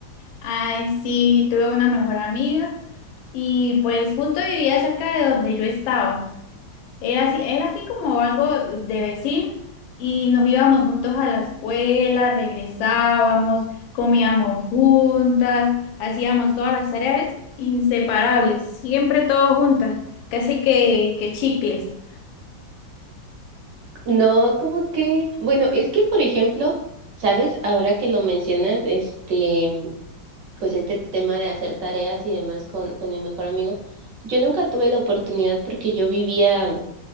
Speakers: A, on the left; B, on the right.
A: Ay, sí, tuve una mejor amiga y pues justo vivía cerca de donde yo estaba. Era así, era así como algo de vecino y nos íbamos juntos a la escuela, regresábamos, comíamos juntas, hacíamos todas las tareas inseparables, siempre todos juntas, casi que, que chicles.
B: No, ¿cómo crees? Bueno, es que, por ejemplo, ¿sabes? Ahora que lo mencionas, este, pues este tema de hacer tareas y demás con, con mi mejor amigo, yo nunca tuve la oportunidad porque yo vivía,